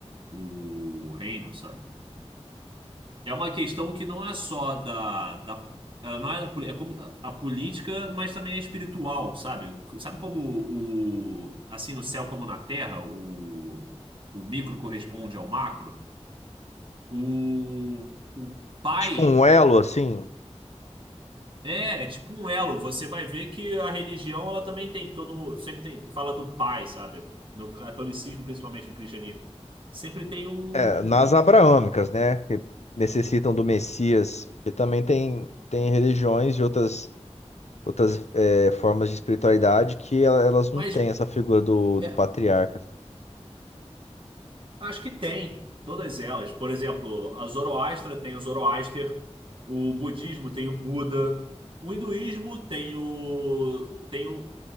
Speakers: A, on the right; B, on the left.
A: o reino, sabe? É uma questão que não é só da, da ela não é, da, poli- é como a a política, mas também é espiritual, sabe? Sabe como o, assim no céu como na terra, o, o micro corresponde ao macro? O, o pai
B: Tipo um elo, assim,
A: É, é tipo um elo. Você vai ver que a religião, ela também tem todo, sempre tem, fala do pai, sabe? No catolicismo, principalmente no cristianismo, sempre tem um,
B: é, nas abraâmicas, né? Que necessitam do Messias. Porque também tem, tem religiões e outras, outras é, formas de espiritualidade que el- elas
A: mas
B: não têm essa figura do,
A: é,
B: do patriarca.
A: acho que tem todas elas. Por exemplo, a Zoroastra tem o Zoroaster, o budismo tem o Buda, o hinduísmo tem o tem o,